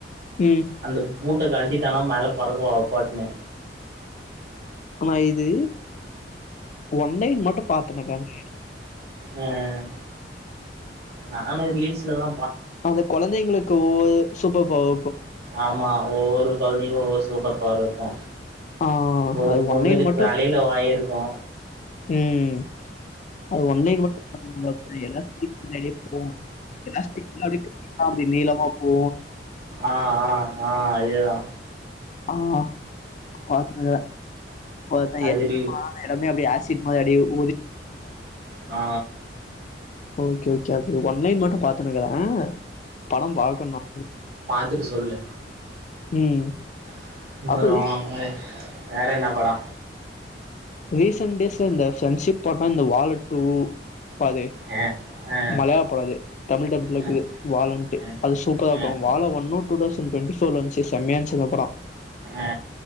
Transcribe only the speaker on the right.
அந்த பூட் பூட் கழட்டிடானா மேல பறகுவா அவப்பாட்டுனு
அஹ் நானு ரீல்ஸ்லதா
ஆமா ஒவ்வொரு குழந்தைக்கோ ஒவ்வொரு சூப்பர் பவர் இருக்கு
ஒரு
பொண்ணுக்கு
தலயில வாய் இருக்கோ
ஆஹ் ஆஹ் ஆஹ் அதேதா
அது ரி
ஆ
த்துட்டு சொல்லு
<unintelligible>
வேற என்னா படொ
அ அ அ
அ
அ
அ
அ